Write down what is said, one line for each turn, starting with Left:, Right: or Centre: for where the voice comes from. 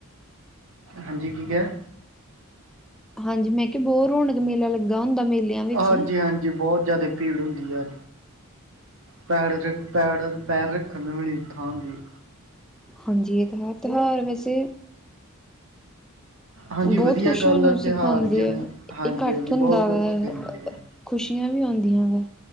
Right: ਹਾਂਜੀ, ਕੀ ਕਿਆ?
Centre: ਹਾਂਜੀ, ਮੈਂ ਕਿਹਾ ਬਹੁਤ ਰੌਣਕ-ਮੇਲਾ ਲੱਗਾ ਹੁੰਦਾ ਮੇਲਿਆਂ ਵਿੱਚ
Right: ਹਾਂਜੀ, ਹਾਂਜੀ ਬਹੁਤ ਜ਼ਿਆਦੇ ਭੀੜ ਹੁੰਦੀ ਹੈ। ਪੈੜ, ਰੱਖ, ਪੈੜ, ਪੈਰ ਰੱਖਣ ਨੂੰ ਵੀ ਨੀ ਥਾਂ ਹੁੰਦੀ।
Centre: ਹਾਂਜੀ, ਇਹ ਤਾਂ ਹੈ, ਤਿਉਹਾਰ ਵੈਸੇ
Right: ਹਾਂਜੀ
Centre: ਬਹੁਤ
Right: ਵਧੀਆ
Centre: ਕੁਛ
Right: ਗੱਲ
Centre: ਸਾਨੂੰ
Right: ਆ ਤਿਉਹਾਰ
Centre: ਸਿਖਾਉਂਦੇ
Right: ਜਿਵੇਂ
Centre: ਐ,
Right: ਹਾਂਜੀ
Centre: ਇਕੱਠ
Right: ਹਾਂਜੀ
Centre: ਹੁੰਦਾ
Right: ਬਹੁਤ ਕੁਝ
Centre: ਵ
Right: ਸਿਖਾਉਂਦੇ ਆ
Centre: ਖੁਸ਼ੀਆਂ ਵੀ ਆਉਂਦੀਆਂ ਵਾ,